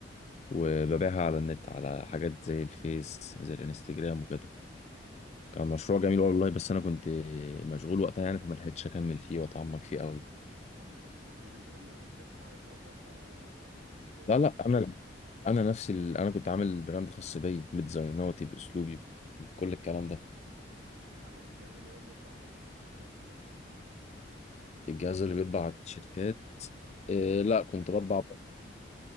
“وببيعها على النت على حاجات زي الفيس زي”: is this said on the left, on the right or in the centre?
Left